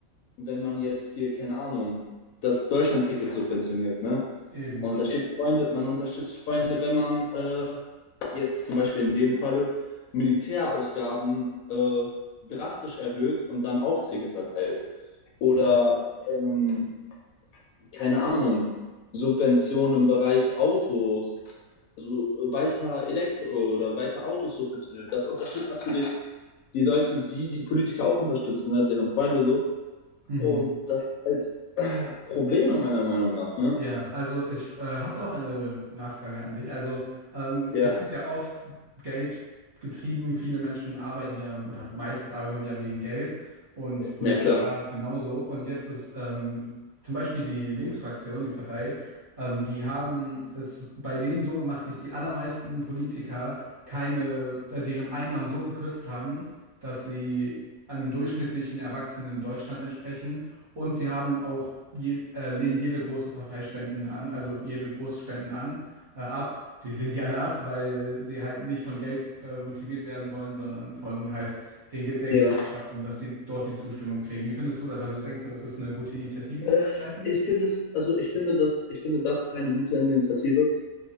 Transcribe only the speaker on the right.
eben.
Ja.
Mhm.
Ja, also ich äh, habe da auch eine Nachfrage an dich. Also ähm,
es ist ja oft Geld getrieben. Viele Menschen arbeiten ja oder meistens arbeiten ja wegen Geld und Politiker
genauso. Und jetzt ist ähm, zum Beispiel die Linksfraktion, die Partei, ähm, die haben es bei denen so gemacht, dass die allermeisten Politiker keine, äh, deren Einnahmen so gekürzt haben, dass sie einem durchschnittlichen Erwachsenen in Deutschland entsprechen. Und sie haben auch je, äh, lehnen jede große Partei Spenden an, also jede große Spenden an, äh, ab. Die lehnt die alle ab, weil sie halt nicht von Geld äh, motiviert werden wollen, sondern von halt den, Ge- der
Gesellschaft und dass sie dort die Zustimmung kriegen. Wie findest du das? Also denkst du, das ist eine gute Initiative,
die sie ergreifen?